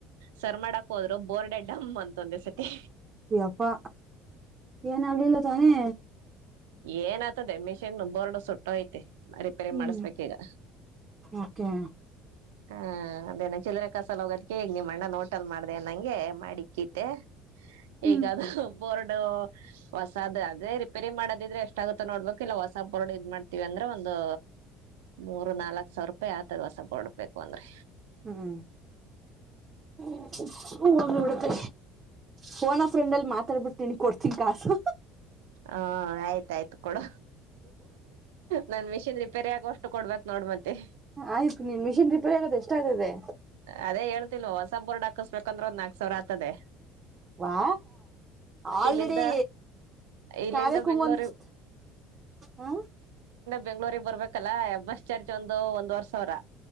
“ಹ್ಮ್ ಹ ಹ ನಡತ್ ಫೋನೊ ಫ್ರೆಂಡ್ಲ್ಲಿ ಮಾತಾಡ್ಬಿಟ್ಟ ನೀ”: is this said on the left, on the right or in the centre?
Right